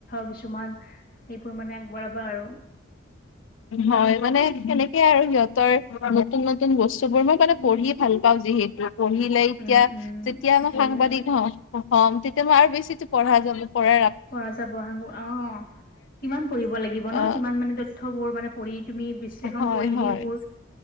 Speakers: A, on the left; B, on the left.
A: কিছুমান সেইবোৰ মানে আগবঢ়াবা আৰু।
B: হয়, মানে সেনেকে আৰু। নতুন-নতুন বস্তু বোৰ মই মানে পঢ়ি ভাল পাওঁ যিহেতু। পঢ়িলে এতিয়া
A: উম উম
B: যেতিয়া মই
A: ভাল
B: সাংবাদিক হম। হম তেতিয়া মই আৰু বেছিতো পঢ়া যাব পৰা
A: পঢ়া যাব সাঙুৰ অ' কিমান পঢ়িব লাগিব
B: অ
A: ন' কিমান মানে তথ্য, থ্য বোৰ মানে পঢ় তুমি বিশ্লেষণ
B: হয়
A: কৰি
B: হয়
A: সেইবোৰ